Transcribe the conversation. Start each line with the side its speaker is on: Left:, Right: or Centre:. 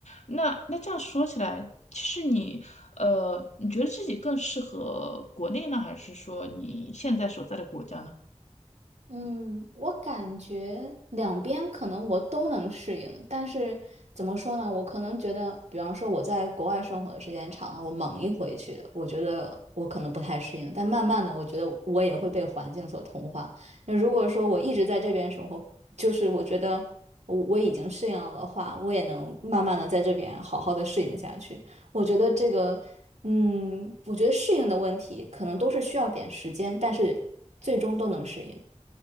Left: 那那这样说起来，其实你，呃，你觉得自己更适合国内呢，还是说你现在所在的国家呢？
Right: 嗯，我感觉两边可能我都能适应，但是怎么说呢？我可能觉得，比方说我在国外生活的时间长了，我猛一回去，我觉得我可能不太适应。但慢慢的，我觉得我也会被环境所同化。那如果说我一直在这边生活，就是我觉得我我已经适应了的话，我也能慢慢的在这边好好的适应下去。我觉得这个，嗯，我觉得适应的问题可能都是需要点时间，但是最终都能适应。